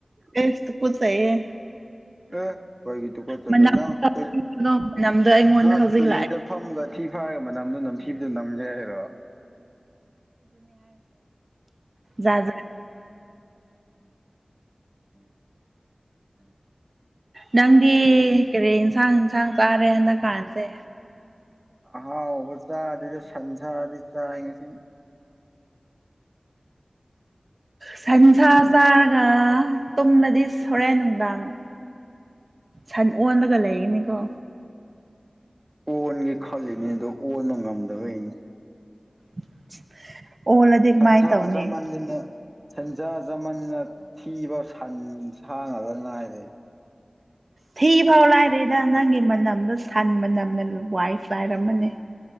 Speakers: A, on the right; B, on the right.
A: ꯑꯁ ꯇꯨꯀꯠꯆꯩꯌꯦ
B: ꯑꯦ ꯑꯩꯣꯏꯒꯤꯗꯨꯨ ꯀꯣꯠꯆꯗꯣꯏ
A: ꯃꯅꯝꯗꯣ
B: ꯅꯪꯪ
A: ꯃꯅꯝꯗꯣ ꯑꯩꯉꯣꯟꯗ ꯍꯧꯖꯤꯛ
B: ꯇꯂꯦꯗ
A: ꯂꯥꯛꯑꯦ
B: ꯐꯝꯃꯒ ꯊꯤ ꯐꯒ ꯃꯅꯝꯗꯨꯣ ꯅꯝꯊꯤꯗꯨ ꯅꯝꯒꯦ ꯍꯥꯏꯔꯣ
A: ꯌꯥꯖ
B: ꯎꯝ ꯎꯝ ꯎꯝ
A: ꯅꯪꯗꯤ ꯀꯔꯤ ꯌꯦꯟꯁꯥꯡ ꯏꯟꯁꯥꯡ ꯆꯥꯔꯦ ꯍꯟꯗꯛꯀꯥꯟꯁꯦ
B: ꯑ ꯑꯣꯕ ꯆ ꯑꯗꯨ ꯑꯗꯨꯗ ꯁꯟꯖꯥꯗꯤ ꯆ ꯉꯁꯤ
A: ꯁꯟꯁꯥ ꯆꯥꯔꯒ ꯇꯨꯝꯂꯗꯤ ꯁꯣꯔꯦꯟ ꯅꯨꯡꯗꯥꯡ ꯁꯟ ꯑꯣꯟꯂꯒ ꯂꯩꯒꯅꯤꯀꯣ
B: ꯑꯣꯟꯒꯦ ꯈꯜꯂꯤꯅꯦ ꯑꯗꯣ ꯑꯣꯕ ꯉꯝꯗꯕꯩꯅꯤ
A: <unintelligible>
B: ꯊꯟꯊ
A: ꯀꯃꯥꯏꯅ ꯇꯧꯅꯤ
B: ꯆ ꯃꯥꯟꯖꯅ ꯁꯟꯖꯥ ꯖꯃꯟꯅ ꯊꯤꯕ ꯁꯟ ꯁꯥꯡꯉꯒ ꯉꯅꯥꯏꯔꯦ
A: ꯊꯤ ꯐꯥꯎ ꯂꯥꯏꯔꯦꯗ ꯅꯪꯒꯤ ꯃꯅꯝꯗꯣ ꯁꯟ ꯃꯅꯝꯅ ꯋꯥꯏꯁꯨꯥꯏꯔꯝꯃꯅꯦ